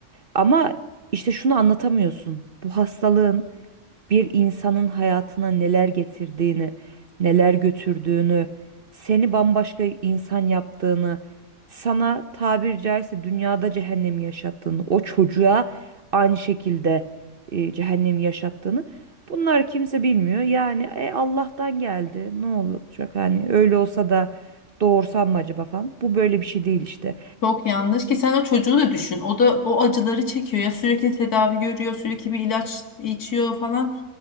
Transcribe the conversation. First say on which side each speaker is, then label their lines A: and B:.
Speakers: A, on the right (about 45°); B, on the left (about 85°).
A: Ama işte şunu anlatamıyorsun. Bu hastalığın bir insanın hayatına neler getirdiğini, neler götürdüğünü, seni bambaşka insan yaptığını, sana tabir caizse dünyada cehennemi yaşattığını, o çocuğa aynı şekilde e, cehennemi yaşattığını bunlar kimse bilmiyor. Yani e, Allah'tan geldi. Ne olacak hani öyle olsa da doğursam mı acaba falan. Bu böyle bir şey değil işte.
B: Çok yanlış ki sen o çocuğu da düşün. O da o acıları çekiyor ya sürekli tedavi görüyor, sürekli bir ilaç içiyor falan